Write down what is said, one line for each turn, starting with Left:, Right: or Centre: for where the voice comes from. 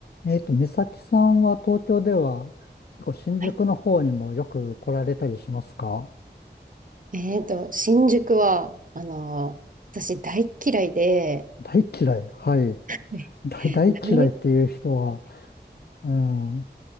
Left: えっと、美咲さんは東京では、結構新宿の方にもよく来られたりしますか
Right: はい。えっと、新宿は、あの私大嫌いで、
Left: 大嫌い。はい。
Right: ね
Left: 大、
Right: <laughs>
Left: 大嫌いっていう人は、
Right: 誰
Left: うん、